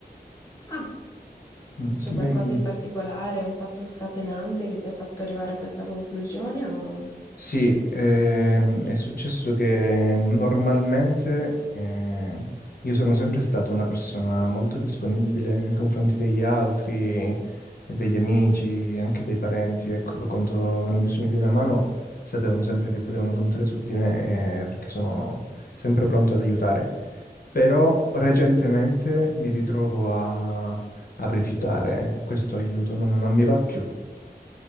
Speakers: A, on the left; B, on the left.
A: Ah,
B: Mm,
A: c'è
B: ti-
A: qualcosa
B: ma-
A: in particolare, un fatto scatenante che ti ha fatto arrivare a questa conclusione o
B: Sì, ehm, è successo che mm, normalmente eh, io sono sempre stata una persona molto disponibile nei confronti degli altri, e degli amici, e anche dei parenti, ecco, quando avevano bisogno di una mano sapevano sempre che potevano contare su di me eh, perché sono sempre pronto ad aiutare. Però recentemente mi ritrovo a, a rifiutare questo aiuto, non, non mi va più,